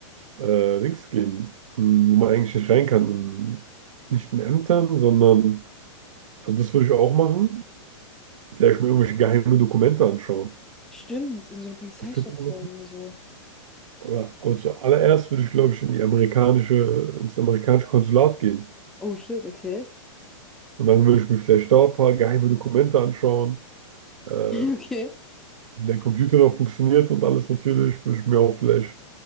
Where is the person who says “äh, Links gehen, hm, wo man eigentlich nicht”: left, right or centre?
Right